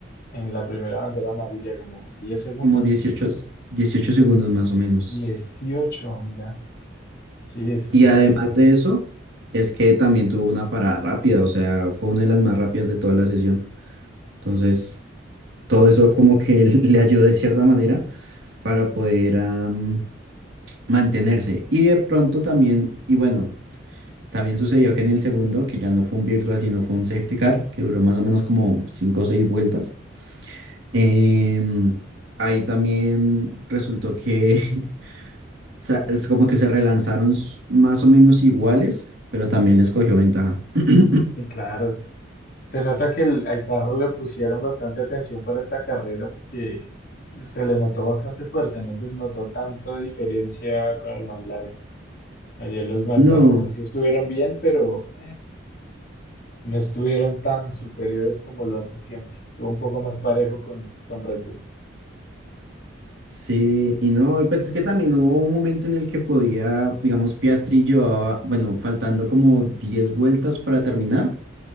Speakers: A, on the left; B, on the right.
A: en la primera bandera amarilla? ¿Como 10 segundos?
B: como dieciocho 18 segundos más o menos.
A: 18, mira. Sí, eso
B: Y
A: fue.
B: además de eso, es que también tuvo una parada rápida, o sea, fue una de las más rápidas de toda la sesión. Entonces, todo eso como que <laughs> le ayudó de cierta manera para poder am, mantenerse. Y de pronto también, y bueno. También sucedió que en el segundo, que ya no fue un virtual, sino fue un safety car, que duró más o menos como 5 o 6 vueltas. em, ahí también resultó que <laughs> sa- es como que se relanzaron s- más o menos iguales, pero también les cogió ventaja. <clears throat>
A: Sí, claro. Se nota que el- al carro le pusieron bastante atención para esta carrera porque se le notó bastante fuerte, no se notó tanto diferencia con el McLaren. Ayer los McLaren
B: No,
A: pues sí estuvieron bien, pero... eh, No estuvieron tan superiores como lo hacen siempre. Estuvo un poco más parejo con, con Red Bull,
B: sí, y no, y pues es que también hubo un momento en el que podía, digamos, Piastri llevaba, bueno, faltando como 10 vueltas para terminar